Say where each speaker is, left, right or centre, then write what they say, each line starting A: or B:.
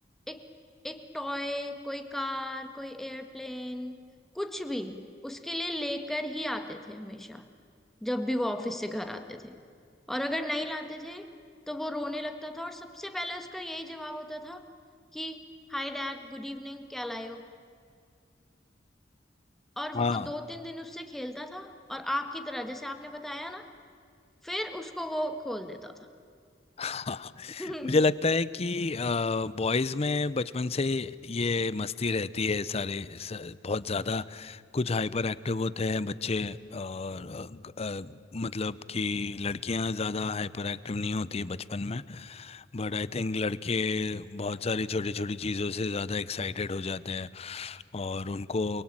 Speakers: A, in the centre; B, on the left.
A: एक एक टॉय कोई कार कोई एयरप्लेन कुछ भी उसके लिए लेकर ही आते थे हमेशा जब भी वो ऑफिस से घर आते थे और अगर नहीं लाते थे तो वो रोने लगता था और सबसे पहले उसका यही जवाब होता था कि हाय डैड गुड इवनिंग क्या लाए हो और
B: हाँ
A: वो दो तीन दिन उससे खेलता था और आपकी तरह जैसे आपने बताया ना फिर उसको वो खोल देता
B: <laughs> हाँ,
A: था <laughs>
B: मुझे लगता है कि बॉयज में बचपन से ये मस्ती रहती है सारे स, बहुत ज़्यादा कुछ हाइपर एक्टिव होते हैं बच्चे और अ, ग- अ, मतलब कि लड़कियां ज़्यादा हाइपर एक्टिव नहीं होती है बचपन में बट आई थिंक लड़के बहुत सारी छोटी छोटी चीज़ों से ज़्यादा एक्साइटेड हो जाते हैं और उनको